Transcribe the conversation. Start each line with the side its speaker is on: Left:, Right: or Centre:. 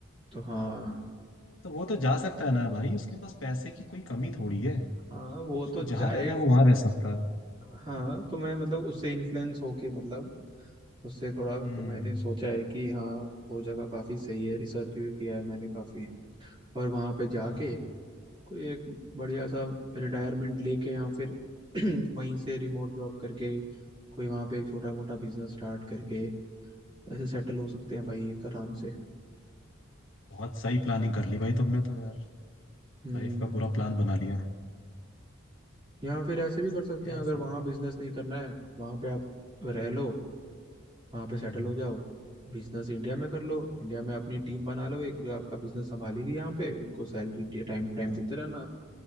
Right: तो हाँ
Left: तो वो तो जा सकता है ना भाई उसके पास पैसे की कोई कमी थोड़ी है
Right: हाँ वो
Left: उसको
Right: तो जाए
Left: जहाँ रहना है वो वहां रह सकता है
Right: हाँ तो मैं मतलब उससे इन्फ्लुएंस होके मतलब उससे थोड़ा
Left: हम्म
Right: तो मैंने सोचा है कि हाँ वो जगह काफ़ी सही है रिसर्च भी किया है मैंने काफ़ी और वहाँ पे जाके
Left: हाँ हाँ
Right: कोई एक बढ़िया सा रिटायरमेंट लेके या फिर <clears throat> वहीं से रिमोट जॉब करके कोई वहाँ पे एक छोटा मोटा बिजनेस स्टार्ट करके ऐसे सेटल हो सकते हैं भाई एक आराम से
Left: बहुत सही प्लानिंग कर ली भाई तुमने तो यार
Right: हम्म
Left: लाइफ का पूरा प्लान बना लिया
Right: या फिर ऐसे भी
Left: सही
Right: कर सकते
Left: है यार
Right: हैं अगर
Left: सही
Right: वहाँ
Left: है
Right: बिजनेस नहीं करना है वहाँ पे आप रह लो वहां पे
Left: हम्म
Right: सेटल हो जाओ बिजनेस इंडिया में कर लो इंडिया में अपनी टीम बना लो एक जो आपका बिजनेस संभालेगी यहाँ पे उनको सैलरी टाइम टू टाइम
Left: हाँ
Right: देते रहना